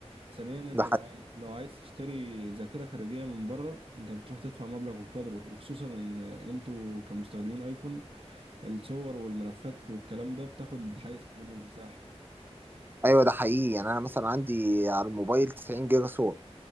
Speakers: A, on the right; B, on the right.
A: ثانيا انت
B: ده حقيقي
A: لو عاي- لو عايز تشتري ذاكرة خارجية من بره انت بتروح تدفع مبلغ وقدره وخصوصا ان انتوا كمستخدمين ايفون الصور والملفات والكلام ده بتاخد حيز كبير من المساحة
B: ايوه ده حقيقي يعني انا مثلا عندي على الموبايل 90 جيجا صور